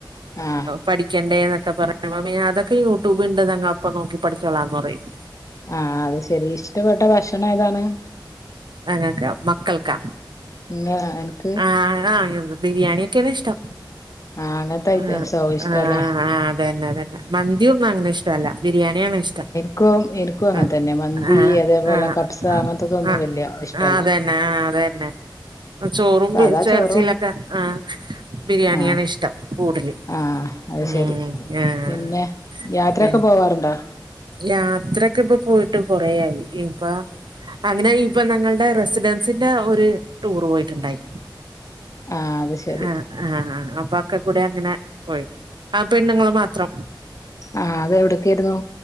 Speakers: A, on the left (about 40°); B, on the right (about 65°).
A: ആഹ്
B: പഠിക്കേണ്ടേന്നൊക്കെ പറയുമ്പം അതൊക്കെ യൂട്യൂബ് ഇണ്ട് ഞങ്ങ അപ്പം നോക്കി പഠിച്ചോളാംന്ന് പറയും
A: ആഹ് അത് ശെരി ഇഷ്ടപ്പെട്ട ഭക്ഷണം ഏതാണ്
B: ഞങ്ങക്കാ മക്കൾക്കാ
A: ഇങ്ങ അനക്ക്
B: ആഹ് <unintelligible> ബിരിയാണിയൊക്കെ ആണ് ഇഷ്ട്ടം
A: ആഹ് അങ്ങനത്തെ ഐറ്റംസോ
B: ഏ ആഹ്
A: ഇഷ്ടല്ലേ
B: ആഹ് അതന്നെ അതന്നെ മന്തിയൊന്നും അങ്ങനെ ഇഷ്ടം അല്ല ബിരിയാണ്യാണ് ഇഷ്ടം
A: ന്ക്കും എനിക്കും അങ്ങനെത്തെന്നെ
B: ആഹ്
A: മന്തി
B: ആഹ്
A: അതേപോലെ
B: ആഹ്
A: കപ്സ
B: ആഹ്
A: അങ്ങനത്തതൊന്നും
B: ആഹ്
A: വല്യ ഇഷ്ട്ടല്ല
B: അതന്നെ ആഹ് അതന്നെ ചോറും
A: സാദാ
B: <unintelligible>
A: ചോറും
B: എറച്ചീലൊക്കെ ഏ ബിരിയാണിയാണ്
A: ആഹ്
B: ഇഷ്ട്ടം കൂടല്
A: ആഹ് അത്
B: ഉം
A: ശരി
B: ആഹ്
A: പിന്നെ യാത്രയൊക്കെ
B: പിന്
A: പോവാറുണ്ടോ
B: യാത്രയൊക്കെ ഇപ്പൊ പോയിട്ട് കൊറയായി ഇപ്പ അങ്ങനെ ഇപ്പം ഞങ്ങള്ടെ റെസിഡൻസിന്റെ ഒരു ടൂർ പോയിട്ടുണ്ടായി
A: ആഹ് അത് ശരി
B: ആഹ് ആഹ് അപ്പൊ അതൊക്കെ കൂടെ അങ്ങനെ പോയി ആഹ് പെണ്ണുങ്ങള് മാത്രം
A: ആഹ് അത് എവിടക്കായിരുന്നു